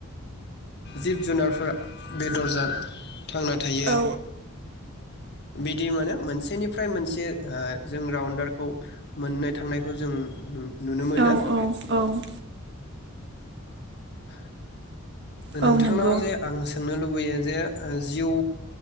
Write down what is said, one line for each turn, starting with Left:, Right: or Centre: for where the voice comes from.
Left: जिब जुनारफोरा बेदर जाना थांना थायो।
Right: औ
Left: बिदि माने मोनसेनिफ्राय मोनसे ओ जों रावन्डारखौ मोननो थांनायखौ जों <unintelligible> नुनो मोनो।
Right: औ औ।
Left: <inaudible>
Right: औ
Left: नोंथांनाव
Right: नंगौ
Left: जे आं सोंनो लुबैयो जे ओ जिउ